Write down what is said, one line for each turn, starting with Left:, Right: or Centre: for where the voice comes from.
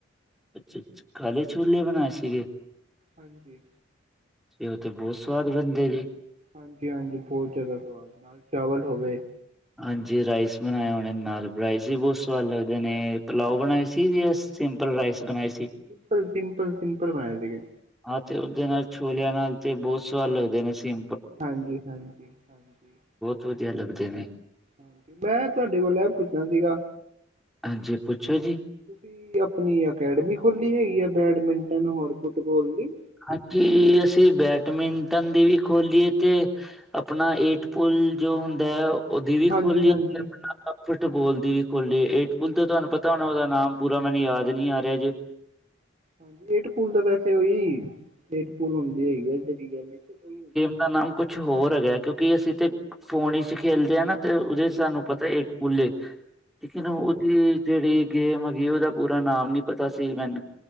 Centre: ਅੱਛਾ ਅਜ ਕਾਲੇ ਛੋਲੇ ਬਣਾਏ ਸੀਗੇ
Right: ਹਾਂਜੀ
Centre: ਤੇ ਉਹ ਤੇ ਬਹੁਤ ਸਵਾਦ ਬਣਦੇ ਜੀ
Right: ਹਾਂਜੀ ਹਾਂਜੀ ਬਹੁਤ ਜ਼ਿਆਦਾ ਸਵਾਦ ਨਾਲ ਚਾਵਲ ਹੋਵੇ
Centre: ਹਾਂਜੀ ਰਾਈਸ ਬਣਾਇਆ ਹੋਣੇ ਨਾਲ ਰਾਈਸ
Right: ਹਾਂਜੀ
Centre: ਵੀ ਬਹੁਤ ਸਵਾਦ ਲੱਗਦੇ ਨੇ ਪਲਾਓ
Right: ਹਾਂਜੀ
Centre: ਬਣਾਏ
Right: ਹਾਂਜੀ
Centre: ਸੀ ਜੀ ਐਸ ਸਿੰਪਲ ਰਾਈਸ ਬਣਾਏ ਸੀ
Right: ਸਿੰਪਲ ਸਿੰਪਲ ਸਿੰਪਲ ਬਣਾਏ ਸੀਗੇ
Centre: ਹਾਂ ਤੇ ਉਹਦੇ ਨਾਲ ਛੋਲਿਆਂ ਨਾਲ ਤੇ ਬਹੁਤ ਸਵਾਦ ਲੱਗਦੇ ਨੇ ਸਿੰ
Right: ਹਾਂਜੀ- ਹਾਂਜੀ- ਹਾਂਜੀ
Centre: ਸੂਦੀਆ ਲੱਗਦੇ ਨੇ
Right: ਹਾਂ ਮੈਂ ਤੁਹਾਡੇ ਕੋਲ ਐਹ ਪੁੱਛਣਾ ਸੀਗਾ
Centre: ਹਾਂਜੀ ਪੁੱਛੋ ਜੀ
Right: ਤੁਸੀਂ ਆਪਣੀ ਅਕੈਡਮੀ ਖੋਲੀ ਹੈਗੀ ਆ, ਬੈਡਮਿੰਟਨ ਔਰ ਫੁੱਟਬੋਲ ਦੀ
Centre: ਹਾਂਜੀ ਅਸੀਂ ਬੈਡਮਿੰਟਨ ਦੀ ਵੀ ਖੋਲੀ ਏ ਤੇ ਆਪਣਾ ਏਟ ਪੁੁਲ ਜੋ ਹੁੰਦਾ ਹੈ ਉਹ ਉਹਦੀ ਵੀ
Right: ਹਾਂਜੀ
Centre: ਖੋਲੀ
Right: ਹਾਂਜੀ
Centre: ਏ <unintelligible> ਫੁੱਟਬੋਲ ਦੀ ਵੀ ਖੋਲ੍ਹੀ ਏ ਏਟ ਪੁੁਲ ਤੇ
Right: ਹਾਂਜੀ
Centre: ਤੁਹਾਨੂੰ ਪਤਾ ਹੋਣਾ ਉਹਦਾ ਨਾਮ ਪੂਰਾ ਮੈਨੂੰ ਯਾਦ ਨੀ ਆ ਰਿਹਾ ਜੇ
Right: ਹਾਂਜੀ ਏਟ ਪੂਲ ਤਾਂ ਵੈਸੇ ਉਹੀ ਏਟ ਪੂਲ ਹੁੰਦੀ ਹੈਗੀ ਐਦਾਂ ਦੀ ਗੱਲ ਉਹੀ ਹੁੰਦੀ
Centre: ਉਸ ਦਾ ਨਾਮ ਕੁਛ ਹੋਰ ਹੈਗਾ ਕਿਉਂਕਿ ਅਸੀਂ ਤੇ ਫੋਨ 'ਚ ਖੇਲਦੇ ਹੈ ਨਾ ਤੇ ਉਹਦੇ ਸਾਨੂੰ
Right: ਹਾਂਜੀ
Centre: ਪਤਾ ਇੱਕ ਪੂੱਲ ਏ ਲੇਕਿਨ
Right: ਹਾਂਜੀ
Centre: ਉਹਦੀ ਜੇਹੜੀ ਗੇਮ ਹੈਗੀ ਉਹਦਾ ਪੂਰਾ ਨਾਮ ਨੀ ਪਤਾ ਸੀ ਮੈਨੂੰ